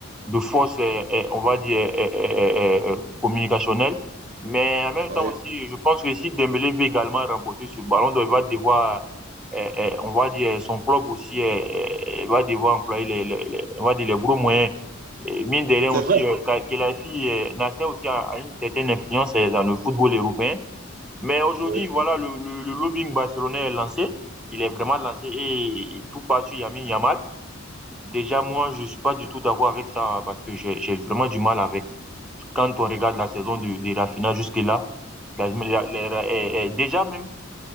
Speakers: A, in the centre; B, on the right.
A: de force, euh, euh, on va dire, euh, euh, euh, euh, euh, communicationnelle. Mais en même
B: ouais.
A: temps aussi, je pense que si Dembélé veut également remporter ce ballon d'or, il va devoir, euh, euh, on va dire, son club aussi euh, euh, va devoir employer les, les, les- on va dire, les gros moyens. Et mine de rien
B: C'est
A: aussi,
B: vrai.
A: euh, Ka- Khelaifi, euh, Nasser aussi a, a une certaine influence euh, dans le football européen. Mais aujourd'hui,
B: Oui,
A: voilà, le, le- le lobbying barcelonais est lancé. Il est vraiment lancé et et tout passe sur Yamin Yamal. Déjà, moi, je ne suis pas du tout d'accord avec ça parce que j'ai j'ai vraiment du mal avec. Quand on regarde la saison de, de Rafinha jusque-là, la- la- la- eh, eh, déjà même,